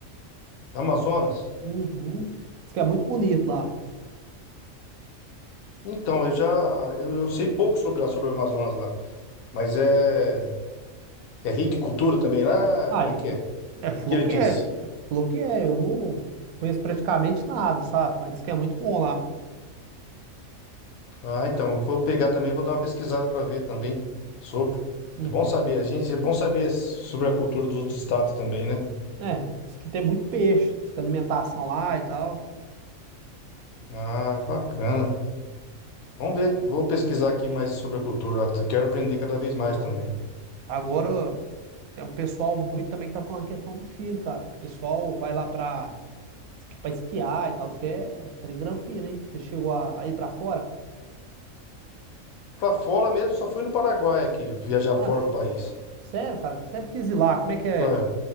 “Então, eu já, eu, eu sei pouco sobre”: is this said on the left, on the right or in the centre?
Left